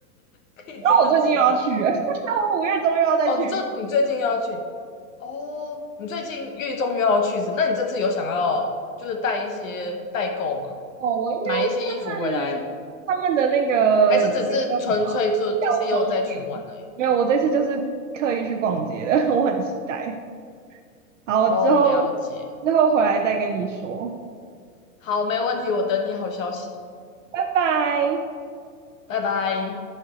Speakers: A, on the left (about 55°); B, on the right (about 50°).
A: 可以这样说。
B: 后我最近又要去了，<laughs> 我五月中又要再去。
A: 哦，你这你最近又要去哦，你最近月中又要去是？那你这次有想要就是带一些代购吗？
B: 哦，我应该会去他们他们的那个那个叫什么啊
A: 买一些衣服回来还是只是纯粹就就是又再去玩而已？
B: 药妆店。没有，我这次就是刻意去逛街的，<laughs> 我很期待。好，
A: 哦，
B: 我之后
A: 了解。
B: 之后回来再跟你说，
A: 好，没问题，我等你好消息，
B: 拜拜。
A: 拜拜。